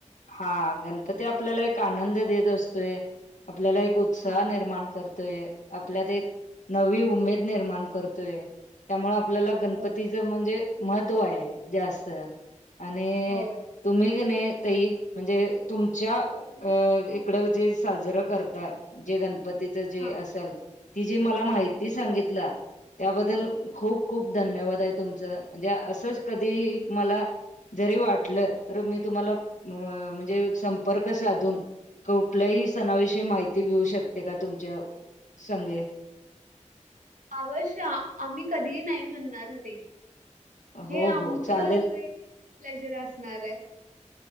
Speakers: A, on the left; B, on the right.
A: हा गणपती आपल्याला एक आनंद देत असतोय. आपल्याला एक उत्साह
B: हा
A: निर्माण करतो. आपल्यात एक नवी उमेद निर्माण करतोय त्यामुळे आपल्याला गणपतीच
B: होय
A: म्हणजे महत्त्व आहे जास्त आणि
B: होय
A: तुम्हीणे तही म्हणजे तुमच्या अ इकडं जे साजरं करतात. जे गणपतीच जे
B: हा
A: असेल ती जी मला माहिती सांगितलं.
B: हा
A: त्याबद्दल खूप
B: हो
A: खूप धन्यवाद आहे तुमचं म्हणजे असंच कधी मला जरी वाटलं तर मी तुम्हाला म्हणजे संपर्क साधून कुठल्याही सणाविषयी माहिती घेऊ शकते का तुमच्या संघे
B: अवश्य आम्ही कधीही नाही म्हणणार नाही.
A: हो
B: हे आमचंच
A: हो चालेल
B: एक प्लेजर असणार आहे.